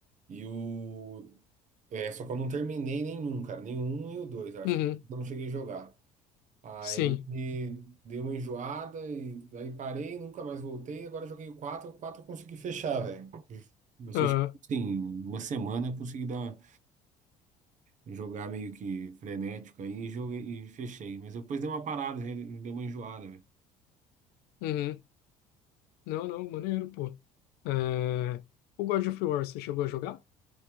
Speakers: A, on the right; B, on the left.
A: e o. É, só que eu não terminei nenhum, cara. Nenhum e o 2 acho
B: Uhum.
A: que eu não cheguei a jogar. Aí
B: Sim.
A: dei uma enjoada e aí parei, nunca mais voltei. Agora joguei o quatro o 4 eu consegui fechar, velho. Eu fechei,
B: Aham.
A: Sim, uma semana eu consegui dar, jogar meio que frenético aí e joguei e fechei. Mas depois deu uma parada, né? deu uma enjoada, velho.
B: Uhum. Não, não, maneiro, pô. É, O God of War, você chegou a jogar?